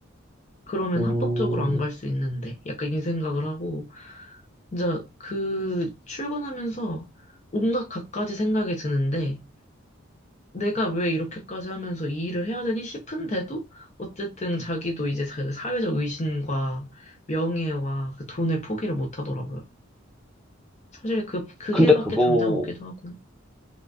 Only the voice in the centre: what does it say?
음,
근데
그거,